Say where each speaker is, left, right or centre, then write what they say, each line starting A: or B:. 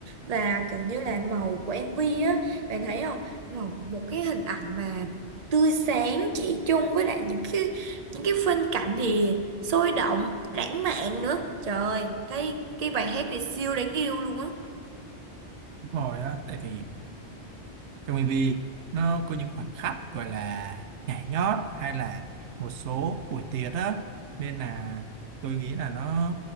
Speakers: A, on the right (about 40°); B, on the right (about 80°).
A: và kiểu như là màu của MV á bạn thấy không màu một cái hình ảnh mà tươi sáng chỉ chung với lại những cái những cái phân cảnh thì sôi động lãng mạn nữa trời ơi, thấy cái bài hát này siêu đáng yêu luôn á
B: đúng rồi á tại vì trong MV nó có những khoảnh khắc gọi là nhảy nhót hay là một số buổi tiệc á nên là tôi nghĩ là nó